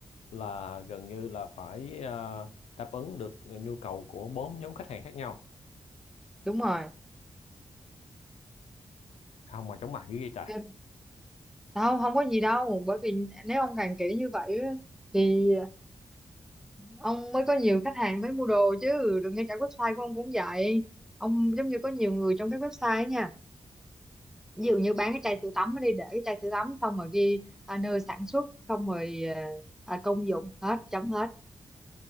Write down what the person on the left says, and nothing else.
là gần như là phải à, đáp ứng được nhu cầu của bốn nhóm khách hàng khác nhau
sao mà chóng mặt dữ vậy trời